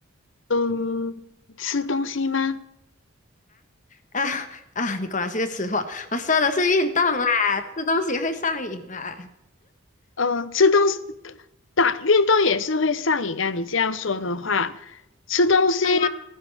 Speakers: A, on the left (about 60°); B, on the left (about 35°).
A: 嗯，吃东西吗？
B: 啊啊，你果然是个吃货。我说的是运动啦，吃东西会上瘾啦，
A: 嗯，吃东西，打运动也是会上瘾啊。你这样说的话，吃东西
B: 会吗？